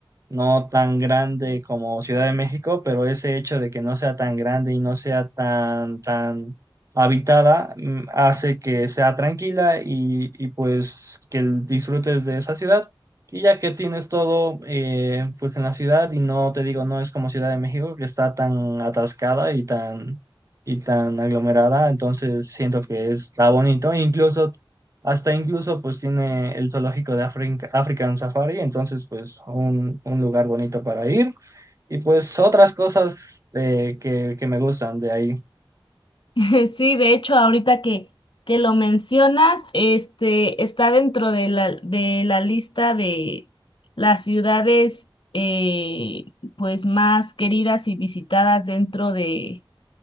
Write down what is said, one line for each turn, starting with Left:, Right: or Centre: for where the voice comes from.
Right: no tan grande como Ciudad de México, pero ese hecho de que no sea tan grande y no sea tan, tan habitada mm, hace que sea tranquila y, y pues que disfrutes de esa ciudad. Y ya que tienes todo eh, pues en la ciudad y no te digo, no es como Ciudad de México que está tan atascada y tan, y tan aglomerada, entonces siento que está bonito, incluso hasta incluso pues tiene el zoológico de Africa- African Safari, entonces pues un, un lugar bonito para ir y pues otras cosas eh, que, que me gustan de ahí.
Left: <laughs> Sí, de hecho, ahorita que, que lo mencionas, este está dentro de la, de la lista de las ciudades eh, pues más queridas y visitadas dentro de